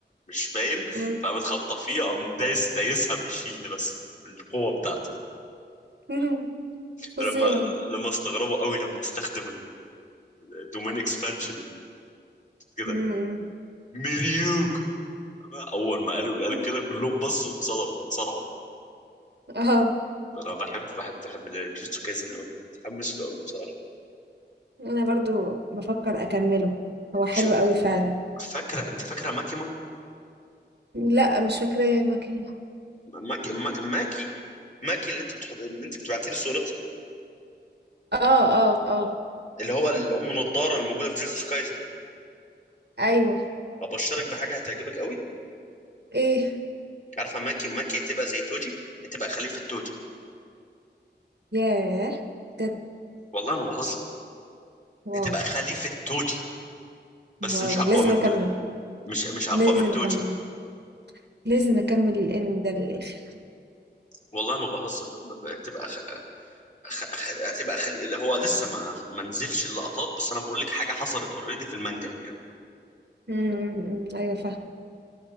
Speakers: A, on the left (about 40°); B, on the right (about 65°).
A: مش باين
B: إمم.
A: فقامت خابطه فيه قام دايس دايسها بالشيلد بس بالقوه بتاعته
B: <laughs> اهم، فظيع.
A: لما لما استغربوا قوي لما استخدم الدومين اكسبانشن كده
B: إمم، إمم.
A: ميريوكو اول ما قالوا
B: <laughs>
A: قال كده كلهم بصوا اتصدموا اتصارعوا
B: اهم، آه،
A: انا بحبه بحب بحب الجوجوتسو كايزن قوي متحمس له قوي بصراحه
B: أنا برضه بافكّر أكمّله، هو حلو
A: شو
B: أوي فعلًا.
A: فاكره انت فاكره ماكيما
B: لأ، مش فاكراه المكان
A: ماكي ماكي ماكي اللي انت بتحط اللي انت بتبعتي لي صورتها
B: آه، آه، آه،
A: اللي هو الام نضاره اللي موجوده في جوجوتسو كايزن
B: أيوه.
A: ابشرك بحاجه هتعجبك قوي
B: إيه؟
A: عارفه ماكي ماكي هتبقى زي توجي هتبقى خليفه توجي
B: ياه! بجد
A: والله ما بهزر
B: واو،
A: هتبقى خليفه توجي
B: واو!
A: بس مش اقوى
B: لازم
A: من
B: أكمّل،
A: تو... مش مش اقوى
B: لازم
A: من توجي
B: أكمّل، لازم أكمّل الأنمي ده للآخر.
A: والله ما بهزر ب- ب- هتبقى خ... خ... خ... هتبقى خلي... اللي هو لسه ما ما نزلش اللقطات بس انا بقول لك حاجه حصلت اوريدي في المانجا يعني
B: إمم، إمم، إمم، أيوه فاهمة،